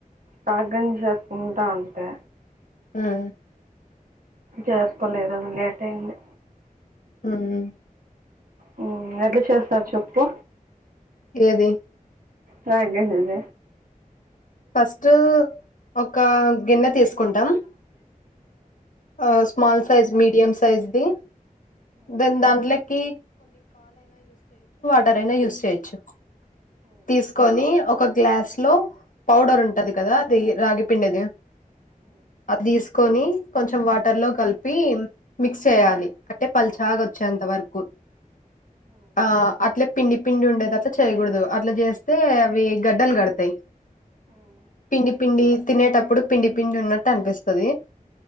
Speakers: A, on the right; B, on the left.
A: రాగ్ గంజ్ చేసుకుంటా అంతే
B: హుమ్
A: చేసుకోలేదు లేట్ అయింది
B: హుమ్
A: హుమ్ ఎట్ల చేస్తర్ చెప్పు
B: ఏది
A: రాగెంజిద
B: ఫస్టు ఒకా గిన్నె తీసుకుంటాం ఆ స్మాల్ సైజ్ మీడియం సైజ్ది దెన్ దాంట్లకి అదైనా యూస్ చ్చు తీసుకొని ఒక గ్లాస్ లో పౌడర్ ఉంటది కదా అది రాగి పిండిది అద్ తీసుకొని కొంచెం వాటర్ లో కలిపీ మిక్స్ చేయాలి అంటే పలుచాగ వచ్చేంత వరకు ఆ అట్లే పిండి పిండి ఉండేదట్లా చేయకూడదు అట్లా చేస్తే అవి గడ్డ కడతాయ్ పిండి పిండి తినేటప్పుడు పిండి పిండి ఉన్నట్టు అనిపిస్తది